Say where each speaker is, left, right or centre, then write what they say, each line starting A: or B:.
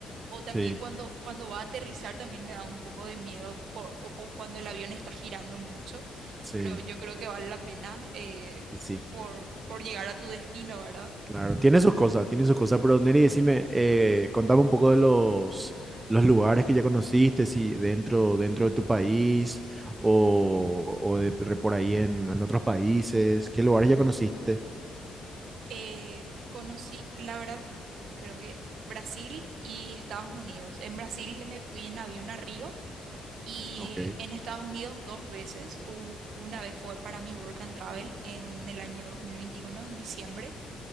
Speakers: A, on the right (about 70°); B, on the right (about 20°).
A: o también
B: Sí,
A: cuando, cuando va a aterrizar también me da un poco de miedo por- o, o cuando el avión está girando mucho,
B: sí,
A: pero yo creo que vale la pena eh,
B: y sí.
A: por, por llegar a tu destino, ¿verdad?
B: Claro, tiene sus cosas, tiene sus cosas. Pero Neri, decime, eh, contame un poco de los, los lugares que ya conociste, si dentro, dentro de tu país o, o de, por ahí en, en otros países. ¿Qué lugares ya conociste?
A: Eh, conocí, la verdad, creo que Brasil y Estados Unidos. En Brasil me fui en avión a Río y
B: Ok,
A: en Estados Unidos dos veces. U- una vez fue para mi work and travel en el año 2021 en diciembre,